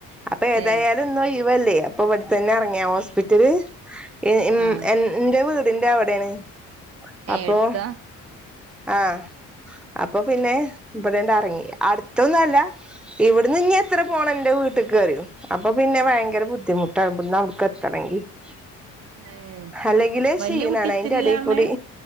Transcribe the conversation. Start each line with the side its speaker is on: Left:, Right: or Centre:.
Centre: അപ്പൊ ഏതായാലും
Right: ഏ
Centre: ന്ന് ഒയിവല്ലേ... അപ്പൊവിടെ തന്നെ ഇറങ്ങിയ ഹോസ്പിറ്റല്. ഏ.. മ്..
Right: ആഹ്
Centre: ഉം.. എ.. ന്റെ വീടിന്റെ അവിടെയാണ്. അപ്പൊ
Right: ഏ.. ഏട്ത്താ?
Centre: ആഹ്... അപ്പൊ പിന്നെ ഇവിടെണ്ട് അർങ്ങി.. അട്ത്തൊന്നല്ല ഇവിടുന്ന് ഇനി എത്ര പോണം ന്റെ വീട്ടിക്ക് അറിയോ... അപ്പൊ പിന്നെ ഭയങ്കര ബുദ്ധിമുട്ടാവിട്ന്നവിട്ക്ക് എത്തണെങ്കി. <inaudible>
Right: ഏ
Centre: ഹല്ലെങ്കിലേ ക്ഷീണാണ്..
Right: വല്യ കുട്ടി എത്രയിലാ
Centre: അയിന്റെടേക്കൂടി..
Right: പറഞ്ഞെ